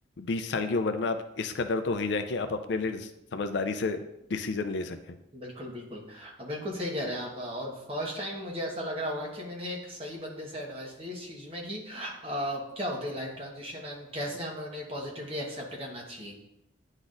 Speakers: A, on the left; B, on the right.
A: बीस साल की उम्र में आप इस कदर तो हो ही जाए कि आप अपने लिए समझदारी से डिसीजन ले सकें
B: बिल्कुल बिल्कुल अब बिल्कुल सही कह रहे हैं आप और फर्स्ट टाइम मुझे ऐसा लग रहा होगा कि मैंने एक सही बंदे से एडवाइस ली इस चीज में कि अ, क्या होती है लाइफ ट्रांजिशन एंड कैसे हमें उन्हें पॉजिटिवली एक्सेप्ट करना चाहिए